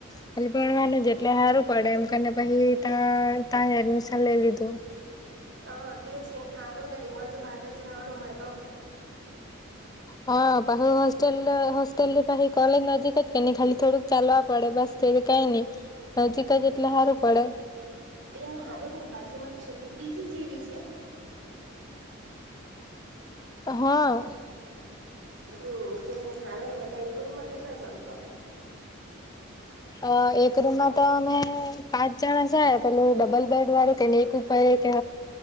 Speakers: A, on the left; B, on the right.
A: ખાલી ભણવાનું જ એટલે હારું પડે એમને પછી ત્યાં તા એડમિશન લઈ લીધું.
B: હા તેજ કે હારું ને તે તેમાં જો બહાર જ રવાનું મળે તો
A: હા બાહું હોસ્ટેલ હોસ્ટેલ ભહી કલેજ નજીક કે ન ખાલી થોડક ચાલવા પડ બસ તે તો કાઈ ની. નજીક જ એટલે હારું પડે.
B: તેમ હાને બાજુમાં જ છે એટલે પી જી જેવી છે.
A: હા.
B: હમ, કે હાને બધા એક રૂમમાં કેટલા જ તો?
A: અ એક રૂમમાં તો અમે પાંચ જણા જાય પેલું ડબલ બેડ વાળું તેને એક કે